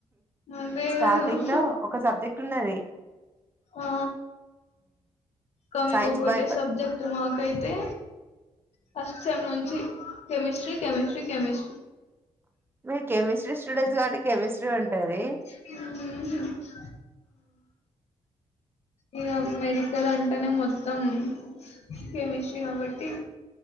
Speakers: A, on the left; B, on the right.
A: అదే
B: స్టార్టింగ్
A: కదా
B: లో ఒక సబ్జెక్ట్ ఉన్నది
A: ఆ ఇంకా మీకు
B: సైన్స్
A: ఒక్కటే
B: బై
A: సబ్జెక్ట్ మాకైతే ఫస్ట్ సేమ్ నుంచి కేమిస్ట్రీ కేమిస్ట్రీ
B: మీరు కెమిస్ట్రీ స్టూడెంట్స్ కాబట్టి కెమిస్ట్రీ ఉంటది
A: కెమిస్ట్రీ ఇ మెడికల్ అంటేనే మొత్తం తం కెమిస్ట్రీ కాబట్టి